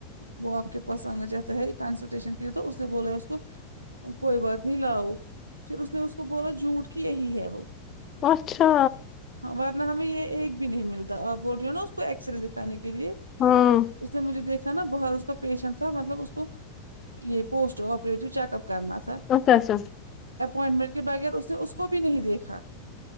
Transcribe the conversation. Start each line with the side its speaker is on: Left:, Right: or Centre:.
Right: وہ اپ کے پاس انا چاتا ہے کنسلٹیشن کیا تو اس نے بولا اس کو کوئی بات نہیں لاؤ پھر اس نے اس کو بولا جھوٹ کی یہی ہے وہ
Left: اچھا
Right: ہاں ورنہ ہمیں یہ ایک بھی نہیں ملتا اپ بول رہی ہو نا اس کو ایکس رے کھانے کے لیے
Left: ہاں
Right: اس نے مجھے دیکھ نا باہر اس کا پیشنٹ تھا مطلب اس کو یہ پوسٹ آپریٹو چیک اپ کرنا تھا
Left: اچھا اچھا
Right: اپوائنٹمنٹ کے بغیر اس نے اس کو بھی نہیں دیکھا